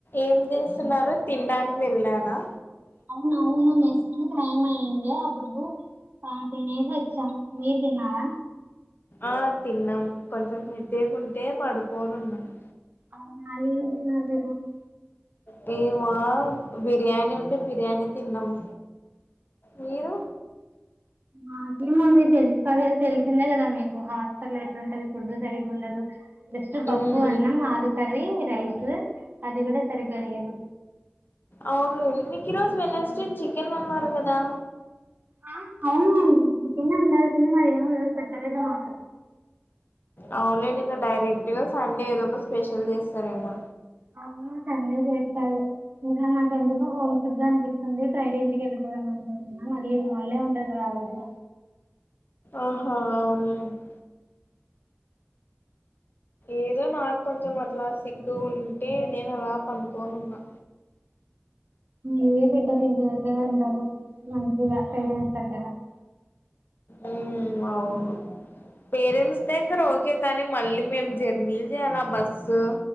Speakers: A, on the left; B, on the right.
A: ఏం చేస్తున్నారు తినడానికి వెళ్లారా
B: అవునవును టైమ్ అయింది అప్పుడు తినేసి వచ్చాం మీరు తిన్నార
A: ఆ తిన్నాం కొంచెం హెడేక్కుంటే పడుకోని ఉన్నాను
B: అవునా ఏనుద అదారు <unintelligible>
A: మెమ బిర్యానీ ఉంటే బిర్యానీ తిన్నాము మీరు
B: మాకేముంది తెలుస్తది కద తెలిసిందే కదా మీకు హాస్టల్ ఎట్లుంటది ఫుడ్ సరిగ్గా ఉండదు జస్ట్ పప్పు
A: మ్మ్
B: అన్నం ఆలు కర్రీ రైస్ అది కూడా సరిగ్గా లేదు
A: అవునులేండి మీకు ఈ రోజు వెనెస్డే చికెన్ అన్నారు కదా
B: ఆ అవునండి చికెన్ ఉండాల్సింది మరి ఏమో ఈరోజు పెట్టలేదు మాకు
A: అవునులెండి ఇంకా డైరెక్ట్ గా సండే ఏదో ఒక స్పెషల్ చేస్తారేమో
B: అవును సండే చేస్తారు ఇంకా నాకెందుకో హోమిసిక్గా అనిపించింది స్తుంది ఫ్రైడే ఇంటికి వెళ్ళిపోదాం అనుకుంటున్నా మళ్ళి హాలిడే ఉంటది కదా ఆ రోజు
A: ఒహా అవునూలెండి ఏదో నాకు కొంచెం అట్లా సిక్ ఉంటే నేను అలా పడుకోను ఉన్నా
B: ఇే బేటర్ ఇల్ది జవ మంచించిగా పేరెంట్స్ దగ్గర <unintelligible>
A: ఉ అవును పేరెంట్స్ దగ్గర ఓకే కానీ మళ్ళీ మేం జర్నీలు చేయాల బస్సుకు